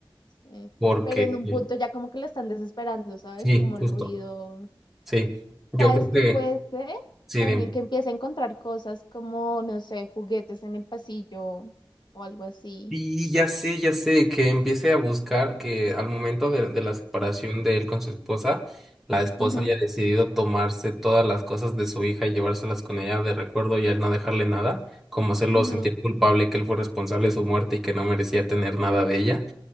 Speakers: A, on the left (about 65°); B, in the centre.
A: sí.
B: Porque,
A: Pero en un
B: eh,
A: punto ya como que lo están desesperando, ¿sabes?
B: sí,
A: Como
B: justo,
A: el ruido.
B: sí. Yo
A: ¿Sabes
B: creo que,
A: qué puede ser?
B: sí,
A: También
B: dime.
A: que empiece a encontrar cosas como, no sé, juguetes en el pasillo o algo así.
B: Y ya sé, ya sé, que empiece a buscar que al momento de, de la separación de él con su esposa, la esposa
A: Ujú,
B: haya decidido tomarse todas las cosas de su hija y llevárselas con ella de recuerdo y él no dejarle nada, como hacerlo
A: ujú.
B: sentir culpable que él fue responsable de su muerte y que no merecía tener nada de ella,